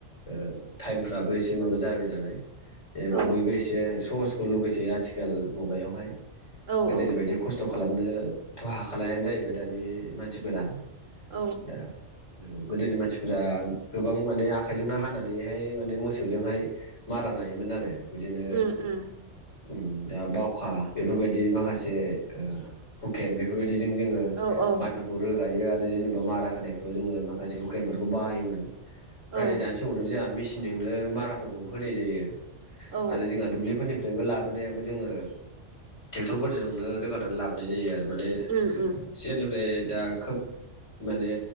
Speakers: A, on the left; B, on the right.
A: ओ टाइमफ्राबो एसे माबा जाबाय नालाय जेनेबा
B: औ
A: बयबो एसे सहसखौ लुगै सै आथिखाल मुगायावाय
B: औ
A: गोदोनि
B: औ
A: बायदि खस्थ' खालामनोथ' हाखालायानो जाहैबाय दानि मानसिफोरा
B: औ
A: दा ओ गोदोनि मानसिफोरा गोबां माने आखाइजोंनो हानानैहाय माने मोसौजोंहाय मारा नायोमोन आरो बिदिनो
B: उम उम
A: ओम दा बावखा बेफोरबायदि माखासे ओ हुकेन बेफोरबायदिजों जोङो
B: औ औ
A: माइफोरखौ रोगायो आरो जेनेबा मारा होनाय फोराव जोङो माखासे हुखेनफोरखौ बाहायोमोन ना
B: औ
A: दानि समावथ' जोंहा मेस बजोंनो माराफोरखौ होनाय जायो
B: औ
A: आरो जोङा दुब्लिफोरनिफ्राय लाब लाबोनायाबो जोङो ट्रेक्ट'रफोरजोंनो रोगानानै लाबोनाय जायो आरो माने
B: उम उम
A: सिगांनिफ्राय दा खोब माने